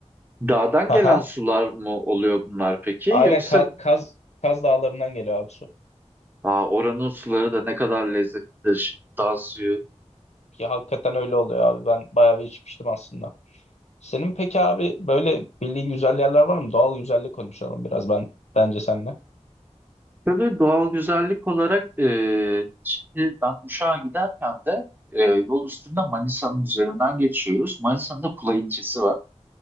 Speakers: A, on the right; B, on the left.
A: Dağdan
B: Aha.
A: gelen sular mı oluyor bunlar peki?
B: Aynen
A: Yoksa
B: Ka- Kaz, Kaz Dağları'ndan geliyor abi su.
A: aa, oranın suları da ne kadar lezzetlidir şimdi dağ suyu.
B: Ya hakikaten öyle oluyor abi. Ben bayağı bir içmiştim aslında. Senin peki abi böyle bildiğin güzel yerler var mı? Doğal güzellik konuşalım biraz ben bence seninle.
A: Tabii doğal güzellik olarak e, şimdi ben Uşak'a giderken de e, yol üstünde Manisa'nın üzerinden geçiyoruz. Manisa'nın da Kula ilçesi var.